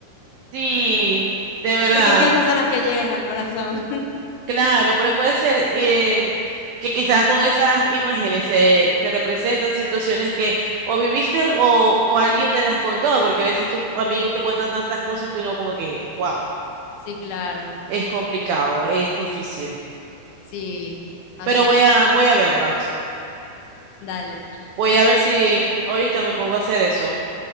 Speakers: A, on the right; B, on the left.
A: Sí,
B: <laughs>
A: de verdad.
B: porque es que esas son las que llegan al corazón. <laughs>
A: Claro, pero puede ser em, que quizás con esas imágenes se, se representan situaciones que o viviste o, o alguien te las contó, porque a veces tus amigos te cuentan tantas cosas que uno como que, wow,
B: Sí, claro,
A: es complicado,
B: exacto.
A: es difícil.
B: Sí, así,
A: Pero voy a, voy a verlas.
B: dale.
A: Voy a ver si ahorita me pongo a hacer eso.